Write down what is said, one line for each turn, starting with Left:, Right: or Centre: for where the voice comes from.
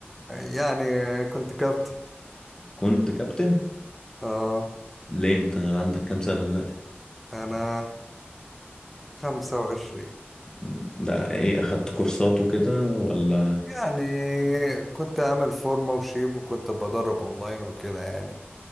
Centre: يعني كنت كابتن
Left: كنت كابتن
Centre: اه
Left: ليه انت عندك كام سنة دلوقتي
Centre: انا خمسة وعشرين
Left: مم. ده ايه اخدت كورسات وكده ولا
Centre: يعني كنت عامل فورمة وشيب وكنت بدرب اونلاين وكده يعني